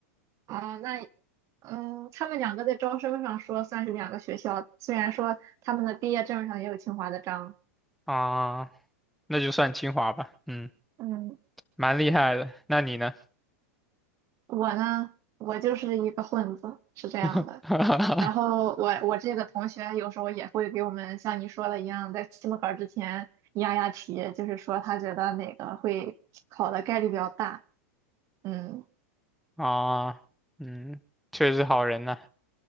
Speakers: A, on the right; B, in the centre.
A: 啊、那嗯，他们两个在招生上说算是两个学校，虽然说他们的毕业证上也有清华的章。
B: 啊，那就算清华吧，嗯，
A: 嗯，
B: 蛮厉害的。那你呢？
A: 我呢，我就是一个混子，是这样的。
B: <laughs>
A: 然后我我这个同学有时候也会给我们像你说的一样，在期末考之前压压题，就是说他觉得哪个会考的概率比较大。嗯，
B: 啊，嗯，确实好人呐、